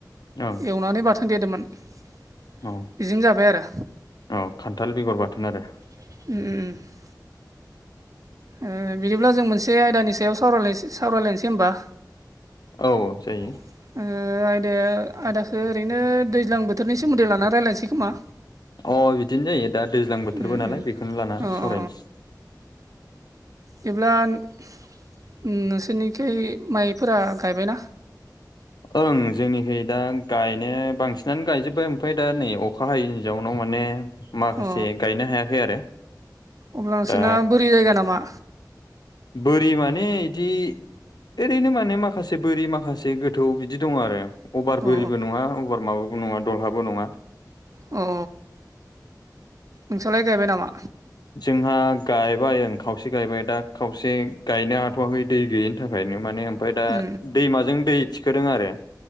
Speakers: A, on the left; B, on the right.
A: ओं
B: एवनानै बाथोन देदोंमोन बेजोंनो
A: औ
B: जाबाय आरो।
A: औ खान्थाल बेगर बाथोन आरो।
B: उ उ उ। ओ बिदिब्ला जों मोनसे आयदानि सायाव लायसि सावराय लायसै होमबा।
A: औ जायो
B: ओ आयदाया आदा ओरैनो दैज्लां बोथोरनि सोमोन्दै लाना रायलायसै खोमा।
A: अ बिदिनो जायो दा दैज्लां बोथोरबो
B: उम
A: नालाय
B: उम
A: बेखौनो लाना
B: अ
A: सावरायसै।
B: अ दिब्ला नोंसोरनिखै माइफोरा गायबायना?
A: ओं जोंनिखै दा गायनाया बांसिनानो गायजोब्बाय ओमफाय दा नै अखा हायैनि जाउनाव माने माखासे
B: अ
A: गायनो हायाखै आरो।
B: अब्ला नोंसोरना
A: दा
B: बोरि जायगा नामा?
A: बोरि माने इदि ओरैनो माने माखासे बोरि माखासे गोथ थौ बिदि दङ आरो अभार
B: अ
A: बोरिबो नङा अभार माबाबो नङा दलहाबो नङा।
B: अ नोंस्रालाय गायबाय नामा?
A: जोंहा गायबाय ओं खावसे गायबाय दा खावसे गायनो हाथ'वाखै दै गैयिनि‌ थाखायनो माने ओमफ्राय दा
B: उम
A: दैमाजों दै थिखोदों आरो।